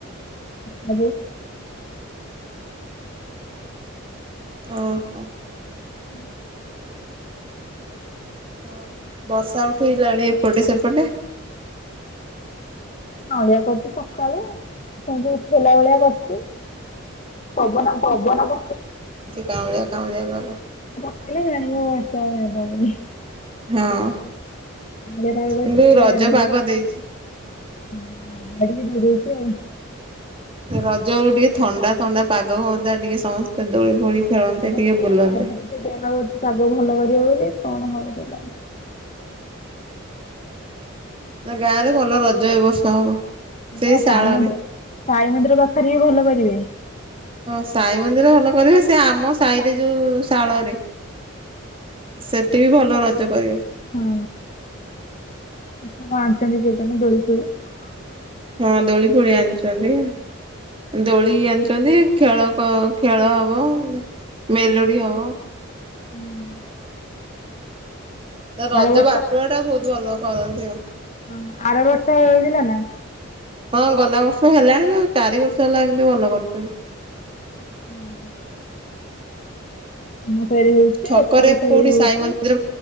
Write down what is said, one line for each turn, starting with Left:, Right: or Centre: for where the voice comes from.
Left: ଆ
Right: ଓ ହୋ।
Left: ହୁଁ।
Right: ହ ବସା ଉଠେଇଲାଣି ଏପଟେ ସେପଟେ
Left: ପାାଉଁଡିଆ କରୁଛି ସକାଳୁ ସେମିତି ଉଠ ଖେଲା ଭଳିଆ କରଛେ ପବନ ପବନେ
Right: ଗଁ <inaudible> କାଉଡ଼ିଆ ବାବା
Left: କେିଲ ଜଣିବ ବୋଲି
Right: ହଁ।
Left: ଅଳିଆ ତଳେ
Right: କିନ୍ତୁ
Left: କରିଛି
Right: ରଜ
Left: ଜାଣିହବ
Right: ପାଗ ଦେଇଛି।
Left: ହଁ ଆଗୁଆ ଟିକେ ଦେଇ ଦେଉଛି ଆଉ।
Right: ରଜ ଅଳକୁ ଟିକେ ଥଣ୍ଡା ଥଣ୍ଡା ପାଗ ହୁଅନ୍ତା। ଟିକେ ସମସ୍ତେ ଦୋଳି ଫୋଳି। ଖେଳନ୍ତେ
Left: ଆଜି
Right: ଟିକେ
Left: କେତେ
Right: ବୁଲନ୍ତେ।
Left: ଆଜି କେତେ ବେଳ ହଉଛି। ପାଗ ଭଲ କରିବ ବୋଲି କଣ ହବ କେଜାଣି।
Right: ତା ଗାଁ ରେ ଭଲ ରଜ ଏ ବର୍ଷା ହବ। ସେଇ
Left: ହଁ
Right: ଶାଳରେ।
Left: ପାଇ ମନ୍ଦିର। ସାଇ ମନ୍ଦିର ପାଖରେ ବି ଭଲ କରିବେ।
Right: ହଁ ସାଇ ମନ୍ଦିର ଭଲ କରିବେ। ସେ ଆମ ସାଇରେ ଯଉ ଶାଳରେ। ସେଠି ବି ଭଲ ରଜ କରିବେ।
Left: ହଁ <inaudible>
Right: ହଁ ଦୋଳି ଫୋଳି ଆଣିଛନ୍ତି। ଦୋଳି ଆଣିଛନ୍ତି ଖେଳ ଖେଳ ହବ ମେଲୋଡି ହବ।
Left: ଫୋଳି
Right: ରଜ
Left: ଆର ବର୍ଷ।
Right: ବାଟୁଆ ଟା ବହୁତ ଭଲ କରନ୍ତି ଆଉ।
Left: ହଁ ଆର ବର୍ଷ ହେଇଥିଲା ନା। <inaudible>
Right: ହଁ ଗଲା ବର୍ଷ ହେଲା। ଚାରି ବର୍ଷ ହେଲା ଏମିତି ଭଲ କରୁଛନ୍ତି।
Left: ହୁଁ। <inaudible> ସାଇ ରେ ହଉଛି
Right: ଛକରେ
Left: ଓପର ସାଇ
Right: କୋଉଠି
Left: ରେ ହଉଛି।
Right: ମନ୍ଦିର